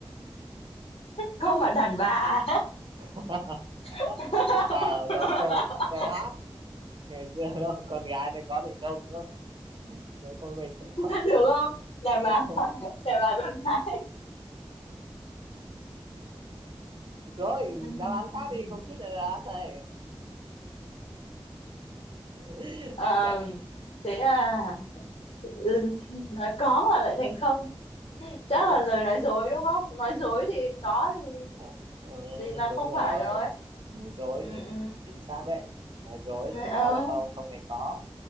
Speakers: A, on the left; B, on the right.
A: không mà đàn bà
B: <laughs>
A: <laughs>
B: Ờ, giống câu câu hát ngày xưa <laughs> đúng không? con gái nó có thì không đúng không nếu không mình có
A: Vẫn được không đàn bà
B: <laughs>
A: đàn bà con gái
B: có
A: <laughs>
B: thì đáp án khác đi không chút là đáp án này <laughs>
A: Ờ,
B: mẹ
A: thế à ừ, nói có mà lại thành không chắc
B: đúng
A: là lời nói dối đúng không nói dối thì có thì
B: à, ừ,
A: thì là
B: đúng
A: không
B: rồi
A: phải rồi
B: nói dối
A: ừ,
B: ừ,
A: ừ.
B: chính xác đấy nói dối
A: Ờ,
B: là có là không không này có